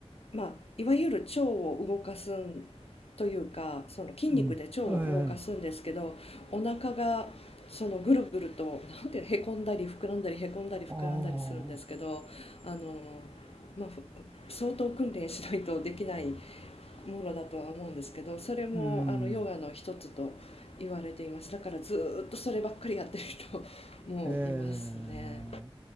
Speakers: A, on the left (about 80°); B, on the right (about 20°).
A: まあ、いわゆる腸を動かすんというか、その筋肉で腸を動かすんですけど、
B: うん、えー、
A: お腹がそのぐるぐると、なんていうの、へこんだり膨らんだりへこんだり膨らんだりするんですけど、
B: ああ、
A: あの、まあ、ふ相当訓練しないとできないものだとは思うんですけどそれもあのヨガの一つと言われていますだからずーっとそればっかりやってる人もいますね
B: うん、えー、